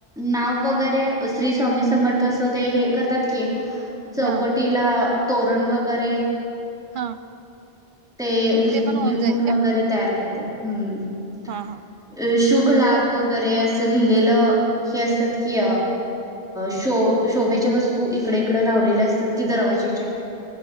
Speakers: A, in the centre; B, on the right.
A: नाव वगैरे श्री स्वामी समर्थ असं ते हे करतात की. चौकटीला.
B: हा
A: तोरण वगैरे.
B: हा.
A: ते लिह
B: ते पण होऊन
A: लिहून
B: जाईल का
A: वगैरे तयार करते. हम्म
B: हा हा
A: अ शुभ लाभ वगैरे अस. लिहिलेलं हे असतात, की शो शोभेच्या वस्तू इकडे इकडे लावलेल्या असतात की, दरवाजच्या